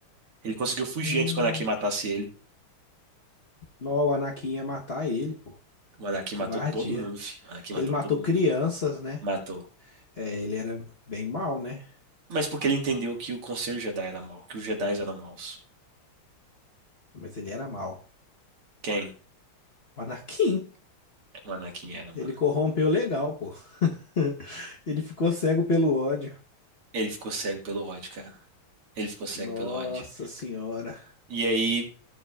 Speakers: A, on the right; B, on the left.
A: Ele conseguiu fugir
B: Hum,
A: antes que o Anakin matasse ele.
B: não, o Anakin ia matar ele, pô.
A: O Anakin
B: Covardia.
A: matou todo mundo, filho. O Anakin matou
B: Ele matou
A: todo mundo.
B: crianças, né?
A: Matou.
B: É, ele era bem mal, né?
A: Mas porque ele entendeu que o Conselho Jedi era mau, que os Jedis eram maus.
B: Mas ele era mal.
A: Quem?
B: O Anakin,
A: O Anakin era, mano.
B: ele corrompeu legal, pô. <laughs> Ele ficou cego pelo ódio.
A: Ele ficou cego pelo ódio, cara. Ele ficou cego
B: Nossa
A: pelo ódio.
B: senhora.
A: E aí